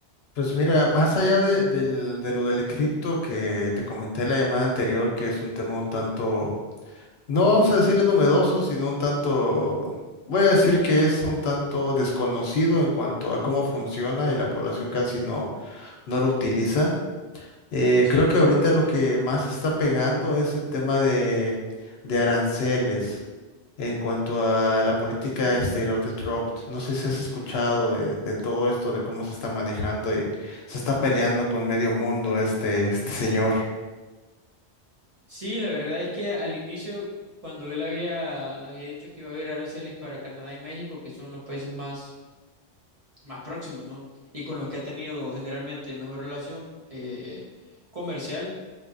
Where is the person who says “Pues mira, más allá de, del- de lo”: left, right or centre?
Left